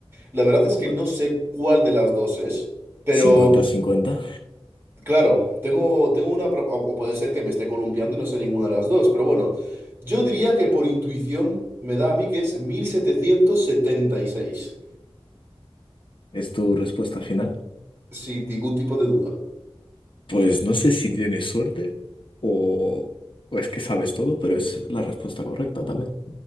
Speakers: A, on the right; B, on the left.
A: La verdad es
B: Cu-
A: que no sé cuál de las dos es, pero
B: Cincuenta-cincuenta
A: claro, tengo, tengo una... pro- O, o puede ser que me esté columpiando y no sé ninguna de las dos, pero bueno, yo diría que por intuición me da a mí que es 1776
B: ¿Es tu respuesta final?
A: sin ningún tipo de duda.
B: Pues no sé si tienes suerte o, o es que sabes todo, pero es la respuesta correcta también.